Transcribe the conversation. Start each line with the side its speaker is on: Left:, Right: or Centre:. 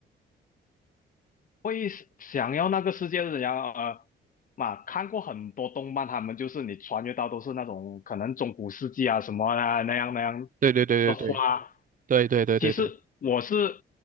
Left: 会想要那个世界是怎样？呃，嘛，看过很多动漫，他们就是你穿越到都是那种可能中古世纪啊什么啊那样那样
Right: 对对对对
Left: 的话，
Right: 对对对对对对，
Left: 其实我是